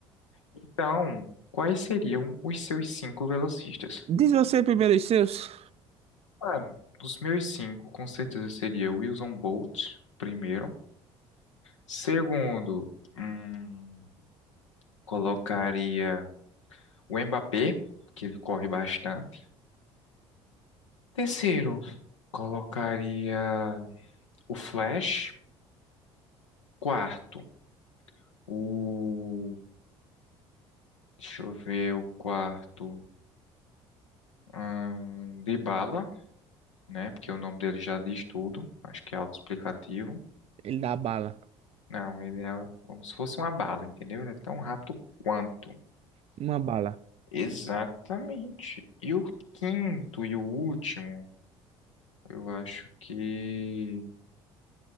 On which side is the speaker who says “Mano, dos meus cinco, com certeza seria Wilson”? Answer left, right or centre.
Left